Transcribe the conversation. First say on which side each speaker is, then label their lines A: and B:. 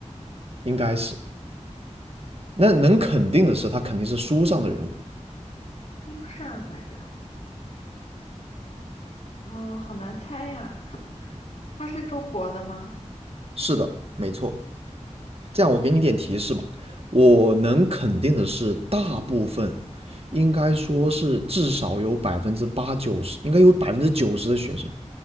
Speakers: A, on the right; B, on the left.
A: 应该是。那能肯定的是，他肯定是书上的人物。
B: 书上的人，哦，好难猜呀。她是中国的吗？
A: 是的，没错。这样我给你点提示吧，我能肯定的是，
B: 啊，
A: 大部分应该说是至少有百分之八九十，应该有百分之九十的学生，